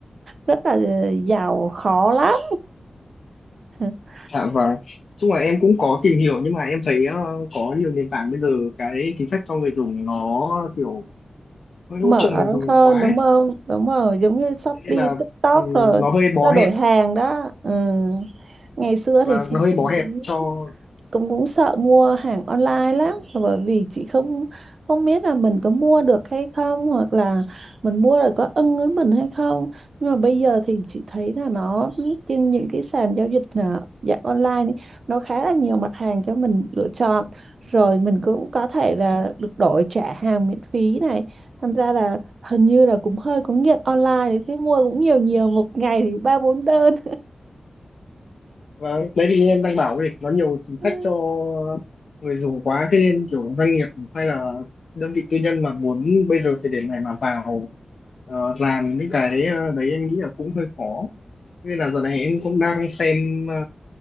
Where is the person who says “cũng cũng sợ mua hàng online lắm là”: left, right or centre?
Right